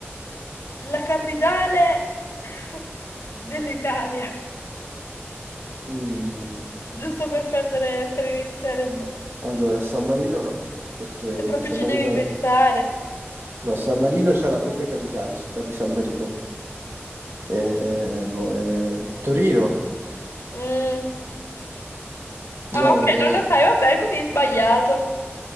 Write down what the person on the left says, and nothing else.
la capitale <laughs> dell'Italia.
Giusto per perdere, per iniziare, boh.
se proprio
ci
devi pensare.
Mm. Ah,
ok,
non lo sai, vabbè, quindi sbagliato.